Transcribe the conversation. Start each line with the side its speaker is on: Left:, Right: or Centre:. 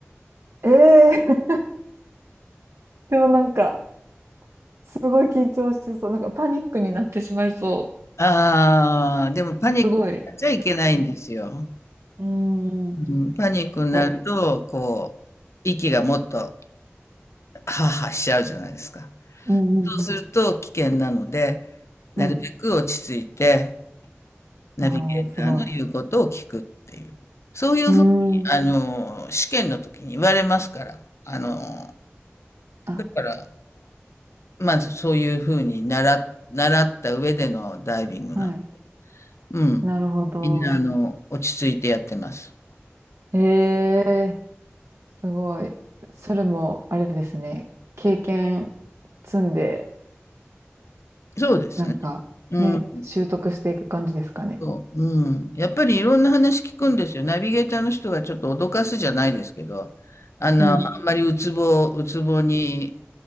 Right: えー <laughs> でもなんか、すごい緊張しそう。なんかパニックになってしまいそ
Left: ああ、でもパニックになっちゃいけないんですよ。
Right: う。すごい。うん。うーん。
Left: うん、パニックになると、
Right: そ
Left: こう、息がもっとハアハアしちゃうじゃないですか。
Right: う。うんうん
Left: そうすると危険なので、なるべく落ち着いて、
Right: うん。うん。
Left: ナビゲーターの言うことを聞くっていう。
Right: ああ、すごい。
Left: そういうふうに、
Right: うーん。
Left: あの、試験の時に言われますから。あの、
Right: あ、
Left: だから、まずそういうふうに習習った上でのダイビングなの
Right: はい。
Left: うん。
Right: なるほど。
Left: みんな、あの、落ち着いてやってます。
Right: ええすごい。それも、あれですね。経験積んで、
Left: そうですね。
Right: なんか、
Left: うん。
Right: ね、習得していく感じですかね。
Left: そう、うん。やっぱりいろんな話聞くんですよ。ナビゲーターの人がちょっと脅かすじゃないですけど、あの、
Right: うん。
Left: あんまりうつぼ、うつぼに、